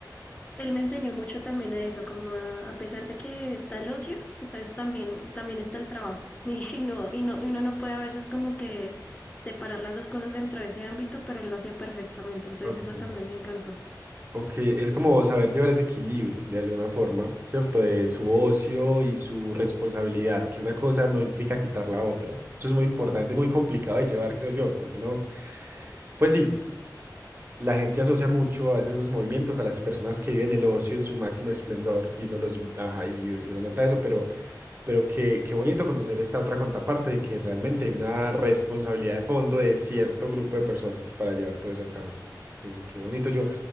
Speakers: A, on the left; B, on the right.
A: él me enseñó mucho también a eso, como a, a pesar de que está el ocio, entonces también, también está el trabajo. <laughs> Y no, y no, y uno no puede a veces como que separar las dos cosas dentro de ese ámbito, pero él lo hacía perfectamente. Entonces
B: Ok.
A: eso también me encantó.
B: Ok, es como saber llevar ese equilibrio de alguna forma, ¿cierto? De su ocio y su responsabilidad, que una cosa no implica quitar la otra. Eso es muy importante, muy complicado de llevar, creo yo, porque no, pues sí, la gente asocia mucho a veces esos movimientos a las personas que viven el ocio en su máximo esplendor y uno los, ajá, y, y uno nota eso, pero, pero qué, qué bonito conocer esta otra contraparte de que realmente hay una responsabilidad de fondo de cierto grupo de personas para llevar todo eso a cabo. Qué, qué bonito. Yo,